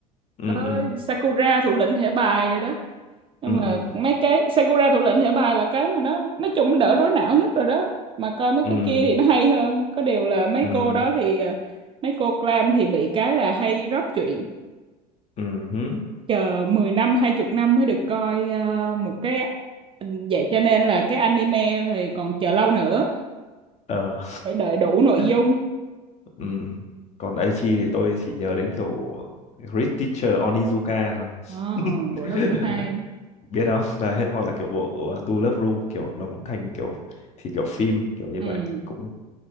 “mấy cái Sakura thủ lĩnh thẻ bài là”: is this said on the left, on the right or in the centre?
Right